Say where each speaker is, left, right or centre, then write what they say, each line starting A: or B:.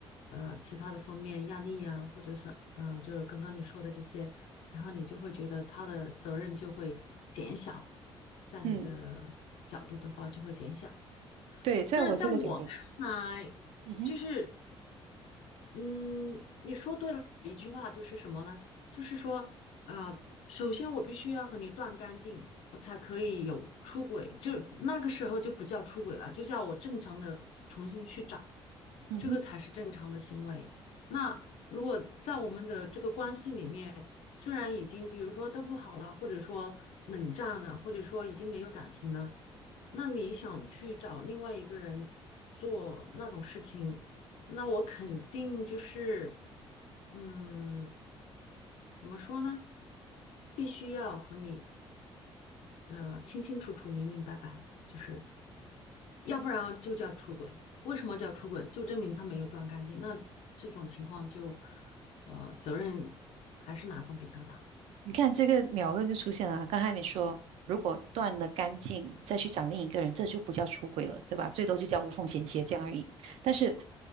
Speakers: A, on the left (about 85°); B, on the right (about 80°).
A: 呃其他的方面压力啊，或者是嗯、呃就是刚刚你说的这些，然后你就会觉得他的责任就会减小，在你的角度的话就会减小，
B: 嗯，对，在我这个角度，
A: 但是在对我看来。
B: 嗯哼，
A: 就是嗯，你说对了一句话，就是什么呢？就是说，呃，首先我必须要和你断干净，我才可以有出轨，就那个时候就不叫出轨了，就叫我正常的重新去找，
B: 嗯哼。
A: 这个才是正常的行为。那如果在我们的这个关系里面，虽然已经比如说都不好了，或者说冷战了，或者说已经没有感情了，那你想去找另外一个人做那种事情？那我肯定就是，嗯，怎么说呢？必须要和你呃清清楚楚、明明白白，就是要不然就叫出轨。为什么叫出轨？就证明他没有断干净。那这种情况就，呃，责任还是男方比较大。
B: 你看这个秒论就出现了啊。刚才你说，如果断了干净，再去找另一个人，这就不叫出轨了，对吧？最多就叫无缝衔接这样而已。但是